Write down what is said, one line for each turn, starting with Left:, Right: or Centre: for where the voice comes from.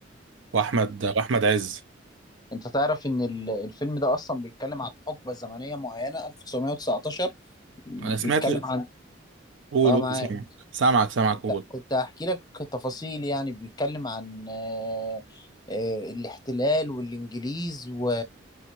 Right: واحمد واحمد عز
Left: انت تعرف ان ال- الفيلم ده اصلا بيتكلم عن حقبة زمنية معينة 1919 وبيتكلم
Right: انا سمعت
Left: عن
Right: قول
Left: اه معاك
Right: قول سامعك سامعك سامعك
Left: كنت
Right: قول
Left: كنت هحكي لك تفاصيل يعني بيتكلم عن آه، آه، الاحتلال والانجليز و...